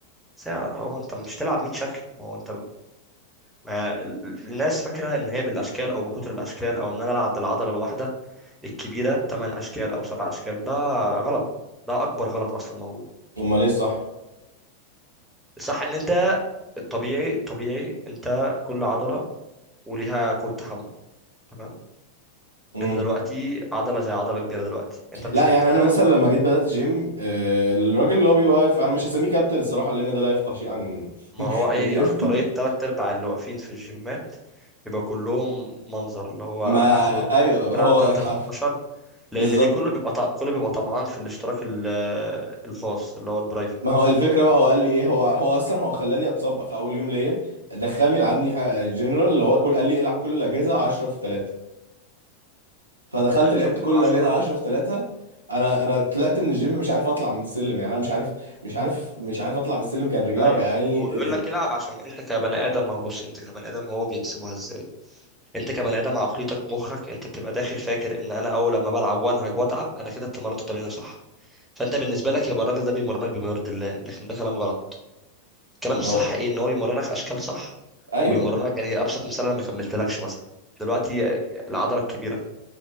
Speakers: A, in the centre; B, on the right (about 80°).
A: ساعة هو أنت مش تلعب 100 شكل ما هو أنت ما ال- ال- الناس فاكرة إن هي بالأشكال أو بكتر الأشكال أو إن أنا ألعب بالعضلة الواحدة الكبيرة 8 أشكال أو 7 أشكال ده غلط ده أكبر غلط أصلا موجود
B: امال ايه صح
A: صح إن أنت الطبيعي الطبيعي انت كل عضله وليها قوه تحمل تمام
B: امم
A: انت دلوقتي عضله زي عضله كبيره دلوقتي انت مش
B: لا
A: محتاج
B: يعني انا مثلا لما جيت بدات جيم آه، الراجل اللي هو بيبقى واقف انا مش هسميه كابتن الصراحه لان ده لا يفقه شيء عن
A: ما هو اي
B: الجيم
A: اكتريه
B: <laughs>
A: تلات ارباع اللي واقفين في الجيمات بيبقى كلهم منظر اللي هو
B: ما
A: اخره
B: ايوه
A: بيلعب
B: هو
A: 3
B: حرف
A: في 12 لان
B: بالظبط
A: دي كله بيبقى ط- كله بيبقى طمعان في الاشتراك ال- الخاص اللي هو البرايفت
B: ما هو الفكره بقى هو قال لي ايه هو هو اصلا هو خلاني اتصاب في اول يوم ليا دخلني لعبني ح- جنرال اللي هو كل قال لي إيه، العب كل الاجهزه 10 في 3 فدخلت
A: 3
B: لعبت
A: في
B: كل
A: 10
B: الاجهزه 10 في 3 انا انا طلعت من الجيم مش عارف اطلع من السلم يعني انا مش عارف مش عارف مش عارف اطلع من السلم كان رجلي
A: ايوه
B: وجعاني
A: هو بيقول
B: إيه،
A: لك العب عشان انت كبني ادم ما هو بص انت كبني ادم هو بيحسبوها ازاي انت كبني ادم عقليتك مخك انت بتبقى داخل فاكر ان انا اول لما بلعب وانهج واتعب انا كده اتمرنت التمرينه صح فانت بالنسبه لك يبقى الراجل ده بيمرنك بما يرضي الله لكن ده كلام غلط الكلام
B: ما
A: الصح
B: هو
A: ايه ان هو يمرنك اشكال صح
B: ايوه
A: ويمرنك يعني ابسط مثال انا ما كملتلكش مثلا دلوقتي العضله الكبيره